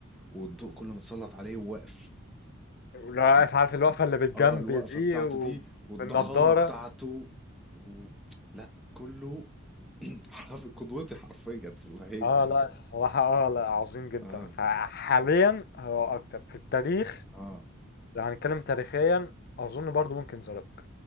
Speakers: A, in the centre; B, on the left (about 50°).
A: والضوء كله متسلط عليه وواقف
B: لا
A: و-
B: عارف عارف الوقفة اللي بالجنب
A: اه الوقفه
B: دي
A: بتاعته
B: وبالنضارة
A: دي والضخامه بتاعته و... لا كله <clears throat> حرف قدوتي حرفيا في الهيبه
B: اه لا الصراحة اه لا عظيم جدا
A: اه
B: فحاليا هو اكتر في التاريخ
A: اه
B: لو هنتكلم تاريخيا اظن برضو ممكن زاروك